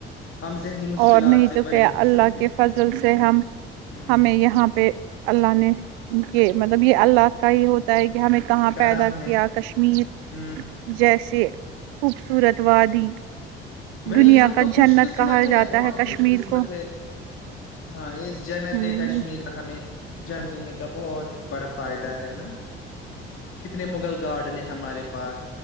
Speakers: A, on the left; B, on the right.
A: ہم ذہنی مشکلات
B: اور نہیں
A: سے
B: تو
A: بری
B: کیا
A: ہو
B: اللہ
A: سکتے
B: کے
A: ہیں
B: فضل سے ہم
A: ہ
B: ہمیں یہاں پہ اللہ نے کہ مطلب یہ اللہ کا ہی ہوتا ہے کہ کہ ہمیں کہاں
A: کرم
B: پیدا
A: ہے
B: کیا کشمیر
A: ہ
B: جیسے خوبصورت وااد دی
A: وہی
B: دنیا
A: ہم
B: کا
A: تو خوش
B: جنت
A: قسمت
B: کہا
A: ہے
B: جاتا
A: بہت خوش
B: کشمیر
A: قسمت
B: کو
A: ہے ہاں اس جنت
B: ہوں
A: کشمیر پر ہمیں جم لینے کا بہت بڑا فائدہ ہے نا کتنے مغل گارڈن ہیں ہمارے پاس